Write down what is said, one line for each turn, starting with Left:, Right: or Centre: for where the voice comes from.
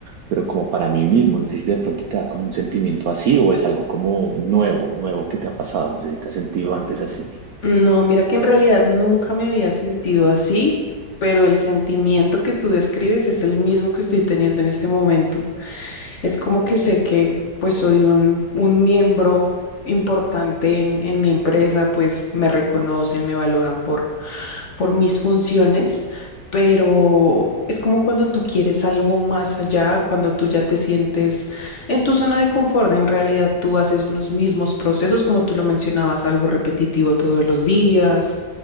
Right: pero como para mí mismo. No sé si de pronto te da como un sentimiento así o es algo como nuevo, nuevo que te ha pasado. No sé si te has sentido antes así.
Left: No, mira que en realidad nunca me había sentido así, pero el sentimiento que tú describes es el mismo que estoy teniendo en este momento. Es como que sé que pues soy un, un miembro importante en, en mi empresa, pues me reconocen, me valoran por, por mis funciones, pero es como cuando tú quieres algo más allá, cuando tú ya te sientes en tu zona de confort, en realidad tú haces unos mismos procesos, como tú lo mencionabas, algo repetitivo todos los días,